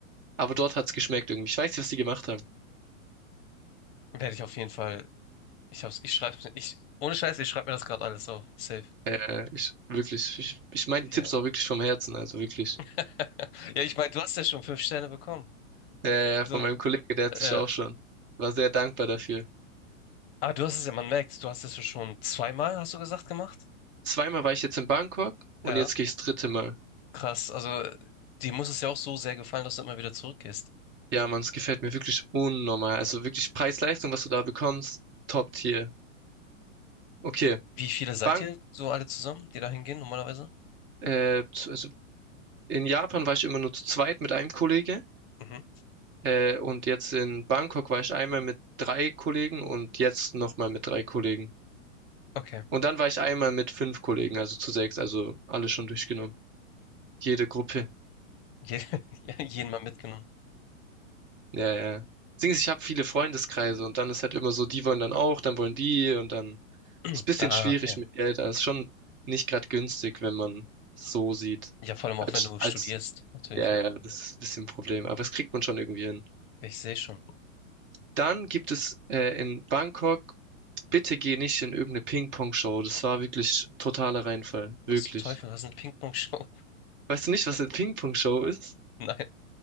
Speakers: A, on the right; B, on the left.
A: aber dort hat's geschmeckt irgendwie. Ich weiß nicht, was die gemacht haben.
B: Werde ich auf jeden Fall. Ich hab's, ich schreib's, mir. ich, ohne Scheiß, ich schreibe mir das gerade alles auf. Safe.
A: Äh, ich wirklich, ich, ich meine die Tipps
B: Ja.
A: auch wirklich vom Herzen, also wirklich.
B: <laughs> Ja, ich meine, du hast ja schon fünf Sterne bekommen.
A: Ja, ja, ja,
B: So,
A: von meinem Kollegen, der hat
B: äh,
A: sich auch schon. War sehr dankbar dafür.
B: ah, du hast es ja, man merkt, du hast es ja schon zweimal, hast du gesagt, gemacht?
A: Zweimal war ich jetzt in Bangkok und
B: Ja,
A: jetzt gehe ich das dritte Mal.
B: krass. Also, äh, dir muss es ja auch so sehr gefallen, dass du immer wieder zurückgehst.
A: Ja, Mann, es gefällt mir wirklich unnormal. Also wirklich Preis-Leistung, was du da bekommst, Top-Tier. Okay,
B: Wie viele seid
A: Bank,
B: ihr so alle zusammen, die da hingehen normalerweise?
A: äh, zu- also in Japan war ich immer nur zu zweit mit einem Kollege.
B: Mhm.
A: Äh, und jetzt in Bangkok war ich einmal mit drei Kollegen und jetzt nochmal mit drei Kollegen.
B: Okay.
A: Und dann war ich einmal mit fünf Kollegen, also zu sechs, also alle schon durchgenommen. Jede Gruppe.
B: Je, <laughs> ja, jeden mal mitgenommen.
A: Ja, ja. Deswegen, ich habe viele Freundeskreise und dann ist halt immer so, die wollen dann auch, dann wollen die und dann
B: <clears throat>
A: ist ein bisschen
B: Ah,
A: schwierig
B: okay.
A: mit Geld. Das ist schon nicht gerade günstig, wenn man so sieht.
B: Ja, vor allem auch
A: Als,
B: wenn du
A: als,
B: studierst, natürlich,
A: ja,
B: ne?
A: ja, das ist ein bisschen ein Problem, aber das kriegt man schon irgendwie hin.
B: Ich sehe schon.
A: Dann gibt es äh, in Bangkok, bitte geh nicht in irgendeine Ping-Pong-Show. Das war wirklich totaler Reinfall.
B: Was
A: Wirklich.
B: zum Teufel, was ist eine Ping-Pong-Show?
A: Weißt du nicht, was eine Ping-Pong-Show ist?
B: <laughs> Nein.